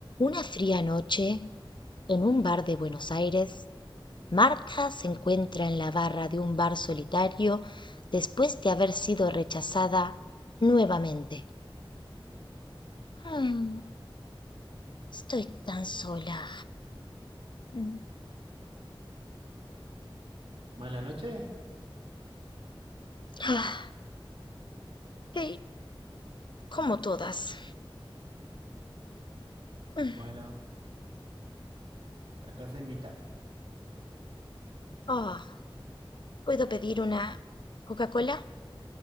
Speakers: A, on the left (about 55°); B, on the right (about 75°).
A: Una fría noche, en un bar de Buenos Aires, Marta se encuentra en la barra de un bar solitario después de haber sido rechazada nuevamente. Mm, estoy tan sola. Mm.
B: ¿Mala noche?
A: Ah, eh, como todas. Mm.
B: Bueno, acá se invita.
A: Oh, ¿puedo pedir una Coca-Cola?